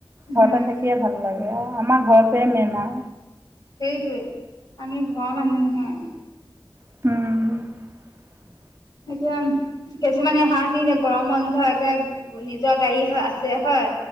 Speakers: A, on the left; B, on the right.
A: উম
B: ঘৰতে থাকিয়ে ভাল লাগে আমাৰ ঘৰতোৱে মেইন আও
A: সেইটোয়ে আমি ঘৰৰ মানুহ হে
B: উম
A: এতিয়া- কিছুমানে হা দি দিয়ে, গৰম বন্ধ একে নিজৰ গাড়ী আছে হয়।